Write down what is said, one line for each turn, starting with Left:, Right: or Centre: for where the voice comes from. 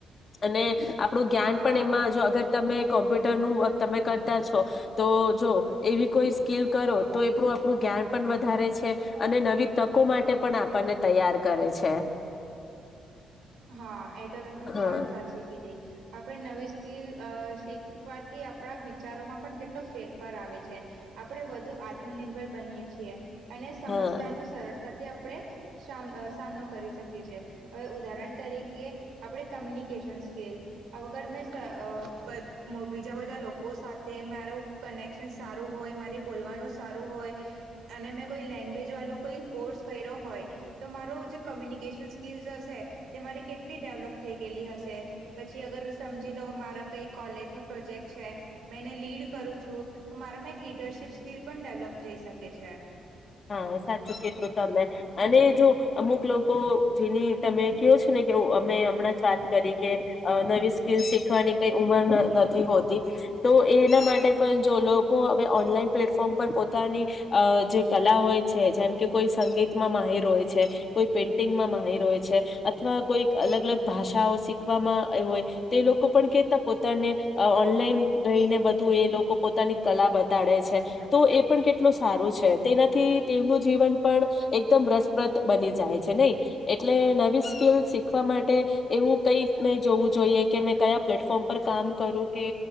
Left: અને. આપણું જ્ઞાન
Right: હા
Left: પણ એમાં જો અગર તમે. કોમ્પ્યુટરનું તમે કરતા છો તો જો એવી કોઈ સ્કીિલ કરો તો એણું આપણું જ્ઞાન પણ વધારે છે અને નવી તકો માટે પણ આપણને તૈયાર કરે છે.
Right: હા એ તો તમે
Left: હા
Right: વાત સાચી કીધી આપણે નવી સ્કીલ. શી. થી આપણા વિચારોમાં. પણ કેટલો ફેરફાર આવે છે. આપણે વધુ આત્મનિર્ભર બનીએ છીએ અને સમસ્યાનો
Left: હા
Right: સરળતાથી આપણે સામનો કરી શકીએ. હવે ઉદાહરણ. તરીકે આપણે કમ્યુનિકેશન સ્કીલ વગર મેં બીજા બધા લોકો સાથે મારું કનેક્શન સારું હોય મારી બોલવાનું સારું હોય અને મેં કોઈ લેંગવેજ વાળો કોઈ કોર્સ કર્યો હોય. તો મારોું જે કોમ્યુનિકેશનસ. તી જશે. તે મારી કેટલી ડેવલપ થઈ ગયેલી હશે પછી અગર સમજી લો મારા કઈ કોલેજમાં પ્રોજેક્ટ છે મેં એને લીડ કરું છું તો મારામાં એક લીડરશીપ સ્કીિલ પણ ડેવલપ થઈ શકે છે.
Left: હા સાચું કધું તમે અને. જો અમુક લોકો જેની તમે કહયો છો ને કે. અ હમણાં જ વાત કરી કે નવી સ્કીલ શીખવાની કઈ ઉમર. નથી હોતી તો એના માટે પણ જો લોકો હવે ઓનલાઈન પ્લેટફોર્મ પર પોતાની જે. કલા હોય છે જેમ કે કોઈ સંગીતમાં માહેર હોય છે કોઈ પેઇન્ટિંગમાં માહેર હોય છે અથવા કોઈ અલગ અલગ ભાષાઓ શીખવામાં હોય તો એ લોકો પણ કેતા પોતાને ઓનલાઈન રહીને બધું એ લોકો પોતાની કલા બતાડે છે તો એ પણ કેટલું સારું છે. તેનાથી તેમનું જીવન પણ એકદમ રસપ્રદ બની જાય છે નહી એટલે નવી સ્કિલ શીખવા માટે એવું કઈક નહી જોવું જોઈએ કે મેં કયા પ્લેટફોર્મ પર કામ કરું કે